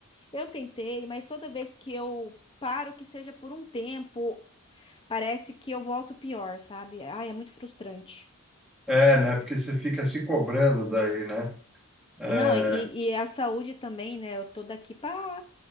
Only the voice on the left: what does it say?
eu tentei, mas toda vez que eu paro, que seja por um tempo, parece que eu volto pior, sabe? Ai, é muito frustrante.
Não, e, e a saúde também, né? Eu tô daqui para